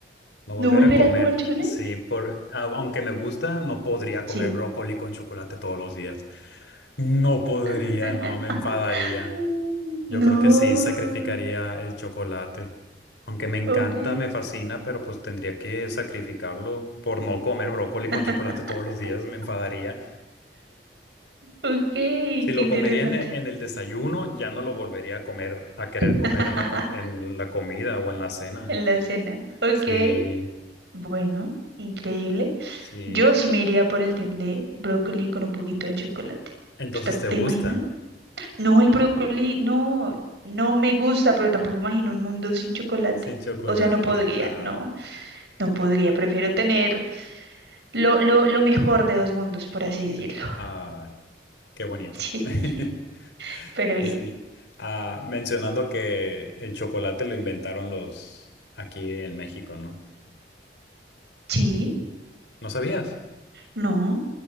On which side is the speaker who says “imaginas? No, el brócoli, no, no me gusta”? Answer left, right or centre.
Right